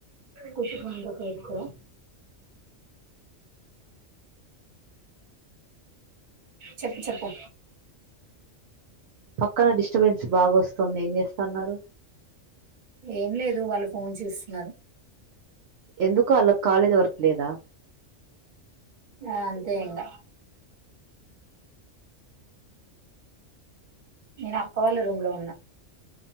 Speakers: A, on the right (about 40°); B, on the right (about 65°).
A: ఖుషి పం ఎత్తుకుర చెప్పు చెప్పు
B: పక్కన డిస్టబెన్స్ బాగా వస్తోంది ఏం చేస్తాన్నారు
A: ఏం లేదు వాళ్ళు ఫోన్ చూస్తున్నారు
B: ఎందుకో ఆల్లక్ కాలేజ్ వర్క్ లేదా
A: ఆ అంతే ఇంకా నేను అక్క వాళ్ళ రూమ్ లో ఉన్నా